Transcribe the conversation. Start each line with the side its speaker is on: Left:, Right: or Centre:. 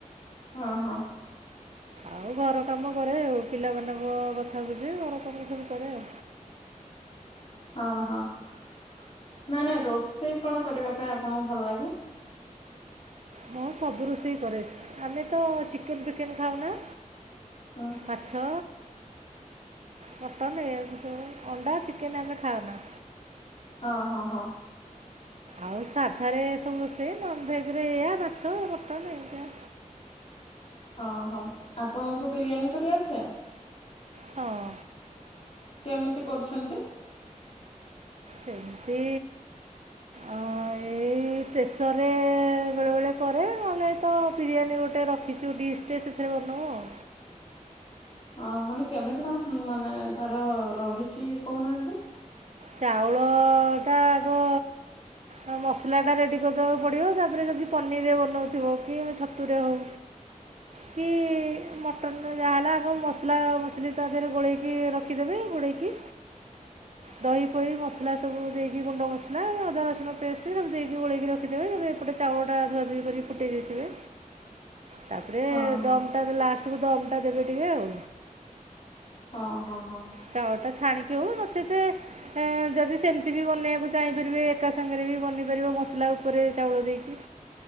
Left: ହଁ ହଁ।
Right: ଆଉ ଘର କାମ କରେ ଆଉ ପିଲାମାନଙ୍କ କଥା ବୁଝେ ଘର କାମ ସବୁ କରେ ଆଉ।
Left: ଅ ହଁ ନାଇଁ ନାଇଁ ରୋଷେଇ କଣ କରିବା ପାଇଁ ଆପଣଙ୍କୁ ଭଲ ଲାଗେ?
Right: ମୁଁ ସବୁ ରୋଷେଇ କରେ, ଆମେ ତ ଚିକେନ ଫିକେନ୍ ଖାଉନା।
Left: ହଁ।
Right: ମାଛ, ମଟନ୍ ଏୟା କୁ ସବୁ ଅଣ୍ଡା, ଚିକେନ୍ ଆମେ ଖାଉନା।
Left: ଅ ହଁ ହଁ।
Right: ଆଉ ସାଧାରେ ସବୁ ରୋଷେଇ, ନନ ଭେଜ ରେ ଏୟା ମାଛ ମଟନ ଏମତିଆ।
Left: ଓହୋ ଆପଣଙ୍କୁ ବିରିୟାନୀ କରି ଆସେ?
Right: ହଁ।
Left: କେମିତି କରୁଛନ୍ତି?
Right: କେମତି ଏଇ ପ୍ରେସରରେ ବେଳେବେଳେ କରେ, ନହେଲେ ତ ବିରିୟାନୀ ଗୋଟେ ରଖ ଛୁ ଡିସ୍ ଟେ ସେଥିରେ ବନଉ ଆଉ।
Left: ଓ ମାନେ କେମିତି କଣ ମାନେ ତାର ରହିଛି କହୁନାହାନ୍ତି।
Right: ଚାଉଳଟା ଆଗ ଆଉ ମସଲାଟା ରେଡ଼ି କରିଦେବାକୁ ପଡ଼ିବ, ତାପରେ ଯଦି ପନିରରେ ବନାଉଥିବ କି ଆମ ଛତୁରେ ହେଉ। କି ମଟନ୍ ଯାହା ହେଲା, ଆଗକୁ ମସଲା ମସଲି ତା ଦେହରେ ଗୋଳେଇକି ରଖିଦେବି ଗୋଳେଇକି ଦହି ପହି ମସଲା ସବୁ ଦେଇକି ଗୁଣ୍ଡ ମସଲା ଅଦା ରସୁଣ ପେଷ୍ଟ ସବୁ ଦେଇକି ଗୋଲେଇକି ରଖିଦେବେ ଏବେ ଏପଟେ ଚାଉଳ ଟା ଧୁଆଧୁଇ କରିକି ଫୁଟେଇ ଦେଇଥିବେ। ତାପରେ
Left: ହଁ ହଁ
Right: ଦମଟା ଦେଲା ଲାଷ୍ଟକୁ ଦମ ଟା ଦେବେ ଟିକେ ଆଉ।
Left: ହଁ ହଁ ହଁ।
Right: ଚାଉଳ ଟା ଛାଣିକି ହଉ ନଚେତ ଯଦି ସେମିତି ବି ବନେଇବାକୁ ଚାହିଁପାରିବେ ଏକା ସାଙ୍ଗରେ ବି ବନେଇ ପାରିବ ମସଲା ଉପରେ ଚାଉଳ ଦେଇକି।